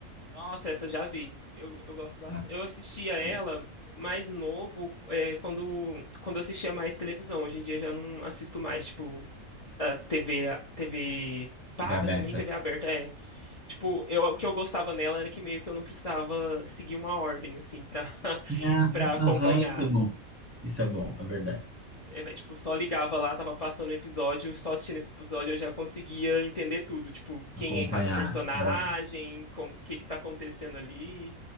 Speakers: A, on the left; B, on the right.
A: Nossa, essa já vi. Eu, eu gosto bastante.
B: Nossa,
A: Eu assistia ela
B: boa.
A: mais novo, é, quando, quando eu assistia mais televisão. Hoje em dia já não assisto mais, tipo, a TV, a- TV paga
B: TV aberta.
A: também, TV aberta. É, tipo, eu, o que eu gostava nela era que meio que eu não precisava seguir uma ordem, assim, pra, <laughs>
B: Ah,
A: pra acompanhar.
B: aham, isso é bom. Isso é bom, é verdade.
A: É, vai, tipo, só ligava lá, tava passando o episódio, só assistindo esse episódio eu já conseguia entender tudo, tipo, quem
B: Acompanhar.
A: é cada personagem,
B: era um-
A: como, o que que tá acontecendo ali.